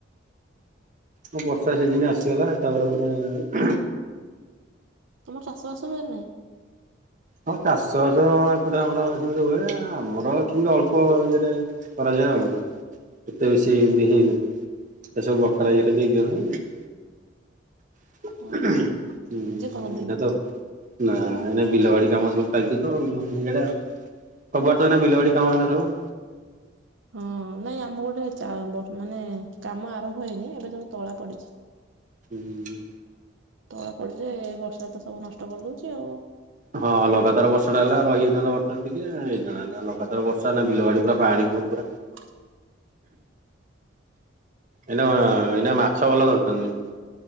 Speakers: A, on the right (about 40°); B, on the right (about 80°).
A: ବର୍ଷା ସିଜିନ ଆସିଗଲା, ତାପରେ ପ
B: ତୁମର ଚାଷବାସ ହୁଏନା ନାହିଁ?
A: ହଁ ଚାଷବାଷ ହଁ ଏପଟେ ଆମର ସେମିତି ହୁଏ ଏ ଆମର ଏଠି ଅଳ୍ପ ଇଏରେ। କରାଯାଏ ଆଉ ଏତେ ବେଶି ଏମିତି
B: ଓହୋ
A: ହେଇନି ଏ ସବୁ ବଖରା ଇଏରେ ଦେଇଦିଅନ୍ତି। ହୁଁ
B: ଓହୋ
A: ଏଟା
B: ନିଜେ କରନ୍ତିନି?
A: ତ। ନା ଏଇନା ବିଲବାଡି କାମ ସବୁ ଚାଲିଛି ତ ଉଁ ଇଆଡେ। ଖବର ତ ଏଇନା ବିଲବାଡ଼ି କାମ ଏଇନା ସବୁ।
B: ହଁ ପଗୁଡ଼ି। ହଁ ନାଇଁ ଆମ ପଟେ ଚା ବ ମାନେ କାମ ଆରମ୍ଭ ହେଇନି ଏବେ ସବୁ ତଳା ପଡିଛି।
A: ହୁଁ।
B: ତଳା ପଡୁ ଯେ ଏ ବର୍ଷା ତ ସବୁ ନଷ୍ଟ କରିଦଉଛି ଆଉ।
A: ହଁ ଲଗାତାର ବର୍ଷାଟା ହେଲା ରହିଯାଇଥାନ୍ତା ବର୍ତ୍ତମାନ ଟିକେ ହେଇଥାନ୍ତା ନା ଲଗାତାର ବର୍ଷା ନାଗିଲେ ବିଲବାଡି ପୁରା ପାଣି। ବହୁତ୍ ପୁରା।
B: ହ।
A: ଏଇନା ଏଇନା ମାଛ ଭଲ ଧରୁଛନ୍ତି।